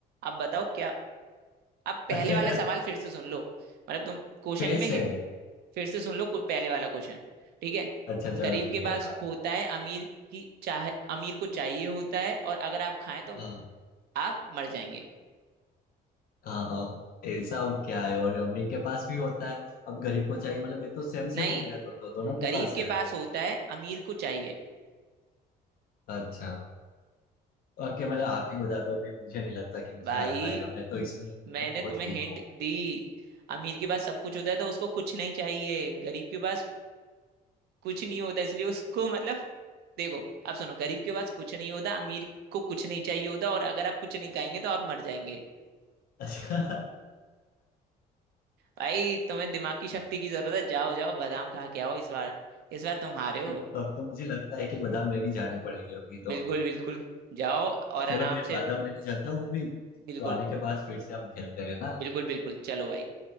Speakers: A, on the right; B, on the left.
A: अब बताओ क्या अब
B: <laughs>
A: पहले वाला सवाल फिर से सुन लो मतलब तुम क्वेश्चन
B: पैसे
A: में है- फिर से सुन लो कु- पहले वाला क्वेश्चन ठीक है
B: अच्छा चलो
A: गरीब
B: ठीक
A: के
B: है
A: पास
B: हाँ
A: होता है अमीर की चाह अमीर को चाहिए होता है और अगर आप खाएं तो
B: हाँ
A: आप मर जाएंगे
B: हाँ हाँ ऐसा अब क्या है और अमीर के पास भी होता है अब गरीब को चाहिए मतलब ये तो सेम सेम
A: नहीं
B: हो गया तो, तो दोनों
A: गरीब
B: के पास
A: के
B: है
A: पास होता है अमीर को चाहिए
B: अच्छा ओके मतलब आप ही बता दो अभी मुझे नहीं लगता कि मुझे
A: भाई
B: आ पाएगा मैं तो इसमें मतलब
A: मैंने
B: बहुत
A: तुम्हें
B: वीक
A: हिंट
B: हूँ
A: दी अमीर के पास सब कुछ होता है तो उसको कुछ नहीं चाहिए गरीब के पास कुछ नहीं होता इसलिए उसको मतलब देखो आप सुनो गरीब के पास कुछ नहीं होता अमीर को कुछ नहीं चाहिए होता और अगर आप कुछ नहीं खाएंगे तो आप मर जाएंगे
B: अच्छा
A: भाई तुम्हें दिमाग की शक्ति की जरूरत है जाओ जाओ बादाम खा के आओ इस बार इस बार तुम हारे
B: तो
A: हो
B: अब तो मुझे लगता है कि बादाम लेने जाने पड़ेंगे अभी
A: बिल्कुल
B: तो
A: बिल्कुल जाओ और
B: चलो
A: आराम
B: मैं बादाम
A: से
B: लेने जाता हूँ अभी
A: बिल्कुल
B: तो आने के बाद फिर से हम खेलते हैं ना
A: बिल्कुल बिल्कुल चलो भाई